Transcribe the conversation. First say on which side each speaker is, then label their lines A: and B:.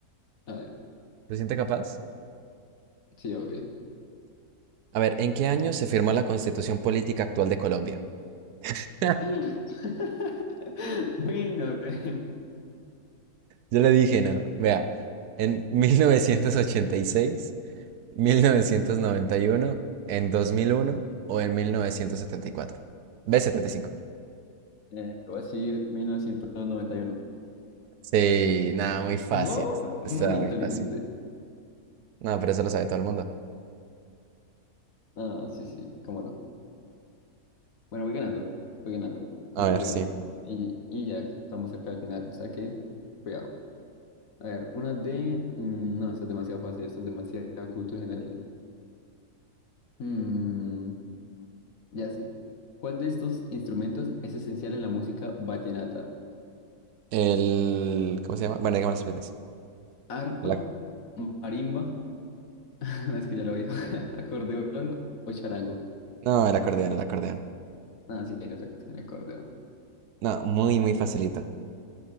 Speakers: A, on the left (about 60°); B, on the right (about 75°).
A: A ver,
B: ¿Se siente capaz?
A: sí, obvio.
B: A ver, ¿en qué año se firmó la constitución política actual de Colombia? <laughs>
A: <laughs> Bueno, eh,
B: Yo le dije, no. Vea, en mil mil novecientos novecientos ochenta y seis, mil novecientos noventa y uno, en 2001 o en 1974. b setenta y cinco.
A: eh, voy a decir 1991.
B: Sí, nada, muy fácil.
A: ¿Vos? Muy
B: Está muy
A: inteligente.
B: fácil. No, pero eso lo sabe todo el mundo.
A: Ah, sí, sí, cómo no. Bueno, voy ganando, voy ganando.
B: A
A: Ojito,
B: ver,
A: cuidado.
B: sí.
A: Y, y ya estamos cerca del final, o sea que, cuidado. A ver, una de... mm, No, esto es demasiado fácil, esto es demasiado cultura general. Mm, ya sé. ¿Cuál de estos instrumentos es esencial en la música vallenata?
B: El... ¿Cómo se llama? Bueno, dígame los opciones.
A: ¿Arpa,
B: La-
A: marimba, <laughs> no, es que ya lo digo, <laughs> acordeón o charango?
B: No, el acordeón, el acordeón.
A: Ah, sí, en efecto, el acordeón.
B: No, muy, muy facilito.